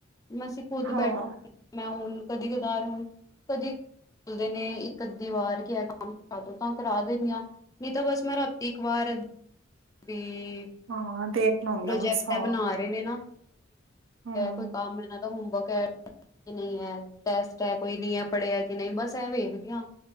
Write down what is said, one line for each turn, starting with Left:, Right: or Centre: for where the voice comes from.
Left: ਮਸੀਂ ਖੁੱਦ
Right: ਹਾਂ,
Left: ਬੈਠੇ ਮੈਂ ਹੁਣ ਕਦੀ ਕਦਾਰ ਹੁਣ ਕਦੀ ਬੁਲਦੇ ਨੇ ਇੱਕ ਅੱਧੀ ਵਾਰ ਕਦੋ ਤਾਂ ਕਰਾ ਦੇਦੀਆਂ। ਨਹੀਂ ਤਾਂ ਬਸ ਮੈਂ ਰਾਤੀ ਇੱਕ ਵਾਰ। ਵੀ
Right: ਹਾਂ ਦੇਖਣਾ ਹੁੰਦਾ
Left: ਪ੍ਰੋਜੈਕਟਾ
Right: ਬਸ ਹਾਂ,
Left: ਹੈ ਬਣਾ ਰਹੇ ਨੇ ਨਾ
Right: ਹੂੰ।
Left: ਕੋਈ ਕੰਮ ਹੈ ਨਾ ਤਾਂ ਹੋਮਵਰਕ ਹੈ। ਨਹੀਂ ਹੈ ਟੈਸਟ ਕੋਈ ਨਹੀਂ ਹੈ ਪੜ੍ਹਿਆ ਕਿ ਨਹੀਂ ਬਸ ਇਹ ਵੇਖਦੀ ਹ।